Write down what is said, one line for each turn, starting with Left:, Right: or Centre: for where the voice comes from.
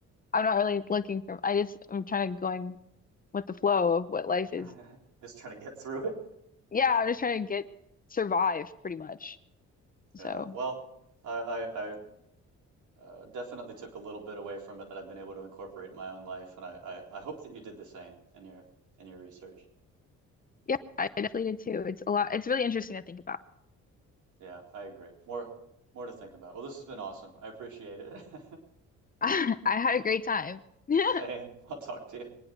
Left: I'm not really looking for I just I'm trying to going with the flow of what life
Right: <laughs>
Left: is.
Right: Just trying to get through it.
Left: Yeah, I'm just trying to get survive pretty much. So,
Right: Yeah. Well, I, I, I Uh, definitely took a little bit away from it that I've been able to incorporate in my own life, and I, I, I hope that you did the same in your in your research.
Left: yeah, I definitely did too. It's a lot it's really interesting to think about.
Right: Yeah, I agree. More more to think about. Well, this has been awesome. I appreciate it. <laughs>
Left: <laughs> I had a great time. <laughs>
Right: Same. I'll talk to you.